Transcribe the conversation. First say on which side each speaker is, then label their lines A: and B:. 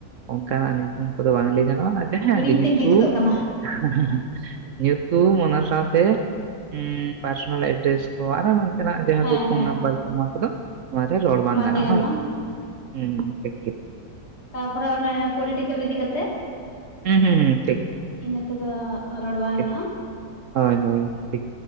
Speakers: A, on the right; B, on the left.
A: ᱚᱱᱠᱟᱱᱟᱜ ᱧᱩᱛᱩᱢ ᱠᱚᱫᱚ ᱵᱟᱝ ᱞᱟᱹᱭ ᱜᱟᱱᱚᱜᱼᱟ ᱡᱟᱦᱟᱸ
B: ᱦᱤᱲᱤᱧ
A: ᱜᱮ ᱧᱩᱛᱩᱢ
B: ᱛᱮᱫ ᱞᱟᱹᱭ ᱜᱚᱫᱚᱜ ᱠᱟᱱᱟ
A: <unintelligible> ᱧᱩᱛᱩᱢ ᱚᱱᱟ ᱥᱟᱶᱛᱮ ᱩ ᱯᱟᱨᱥᱚᱱᱟᱞ ᱮᱰᱨᱮᱥ ᱛᱚ ᱟᱨᱮ ᱱᱚᱱᱛᱮᱱᱟᱜ ᱡᱟᱦᱟᱸ
B: ᱦᱮᱸ
A: ᱠᱚ ᱯᱷᱳᱱ
B: ᱦᱮᱸ
A: ᱱᱟᱢᱵᱟᱨ ᱠᱚ ᱱᱚᱣᱟ ᱠᱚᱫᱚ ᱱᱚᱣᱟ ᱨᱮ ᱨᱚᱲ ᱵᱟᱝᱜᱟᱱᱟ
B: ᱵᱟᱝ ᱞᱟᱹᱭ ᱜᱟᱱᱚᱜᱼᱟ
A: ᱦᱭ ᱦᱸ ᱴᱷᱤᱠ ᱴᱷᱤ
B: ᱛᱟᱯᱚᱨ ᱚᱱᱮ ᱯᱚᱞᱤᱴᱤᱠᱮᱞ ᱤᱫᱤ ᱠᱟᱛᱮ
A: ᱦᱩᱸ ᱦᱩᱸ ᱦᱩᱸ ᱴᱷᱤᱠ
B: ᱤᱱᱟᱹ ᱠᱚᱫᱚ ᱨᱚᱲ ᱵᱟᱝ
A: ᱴᱷᱤᱠ
B: ᱜᱟᱱᱚᱜᱼᱟ
A: ᱦᱳᱭ ᱦᱳᱭ ᱴᱷᱤᱠ